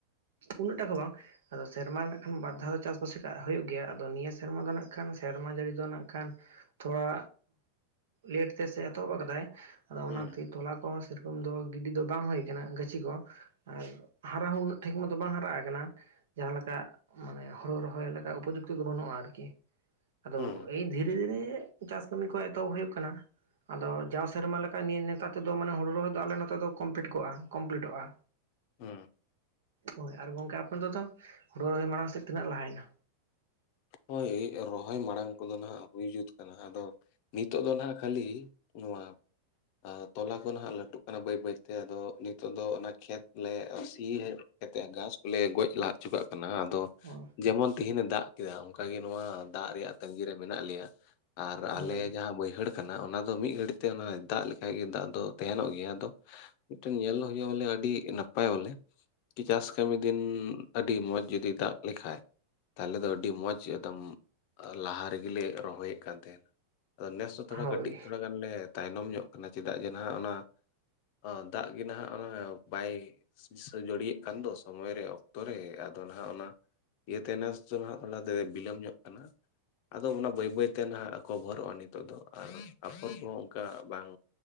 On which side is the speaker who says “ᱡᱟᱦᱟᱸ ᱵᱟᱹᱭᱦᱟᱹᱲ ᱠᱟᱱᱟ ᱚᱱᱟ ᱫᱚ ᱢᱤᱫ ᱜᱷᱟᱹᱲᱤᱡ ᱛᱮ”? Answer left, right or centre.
Left